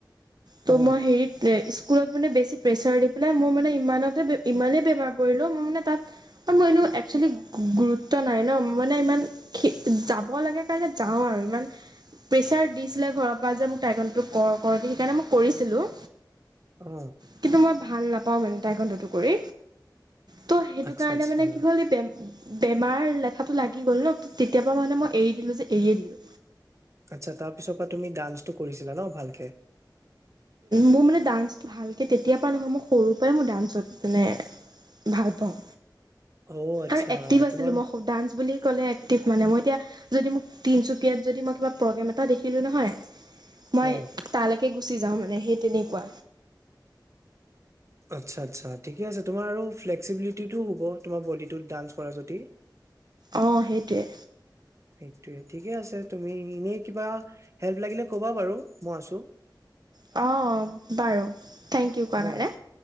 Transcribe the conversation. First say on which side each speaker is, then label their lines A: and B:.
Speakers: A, on the right; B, on the right.
A: ত'
B: অ
A: মই হেৰিত স্কুলত মানে বেছি প্ৰেছাৰ দি পেলাই মোৰ মানে ইমানতে ইমানেই বেমাৰ পৰিলোঁ মই মানে তাত আৰু মই এনেও এক্সুৱেলি গুৰুত্ব ত্ব‌ নাই ন' মানে ইমান যাব লাগে কাৰণে যাওঁ আৰু ইমান প্ৰেচাৰ দিছিলে ঘৰৰ পৰা যে মোক টাইকানডু কৰ কৰ সেইকাৰণে মই কৰিছিলো।
B: অ
A: কিন্তু মই ভাল না পাওঁ মানে টাইকনদুটো কৰি। ত' সেইটো
B: আচ্ছা
A: কাৰণে
B: আচ্ছা
A: মানে কি হ'ল। বেম মাৰ লেঠাটো লাগি গ'ল ন' ত' তেতিয়াৰ পৰা মানে মই এৰি দিলো যে এৰিয়ে দিলো।
B: আচ্ছা, তাৰ পিছৰ পৰা তুমি ডান্সটো কৰিছিলা ন' ভালকে?
A: মোৰ মানে ডান্সটো ভালকৈ তেতিয়াৰ পৰা নহয়, মই সৰুৰ পৰাই মোৰ ডান্সত মানে ভাল পাওঁ।
B: অ আচ্ছা
A: আৰু এক্টিভ আছিলো
B: তোমাৰ
A: মই ডান্স বুলি এক্টিভ মানে মই এতিয়া যদি মোক তিনিচুকীয়াত যদি মই কিবা প্ৰগ্ৰেম এটা দেখিলোঁ নহয় মই
B: অ
A: তালৈকে গুচিা যাওঁ মই মে সেই তেনেকুৱা।
B: আচ্ছা, আচ্ছা ঠিকে আছে তোমাৰ আৰু ফ্লেক্সিবিলিটিটো হ'ব তোমাৰ বডিটো ডান্স কৰা যদি
A: অঁহ, সেইটোৱেই।
B: সেইটোৱে ঠিকে আছে তুমি এনেই কিবা হেল্প লাগিলে কবা বাৰু মই আছো
A: অ, অ, বাৰু। থেংক ইউ কোৱাৰ
B: অ,
A: কাৰণে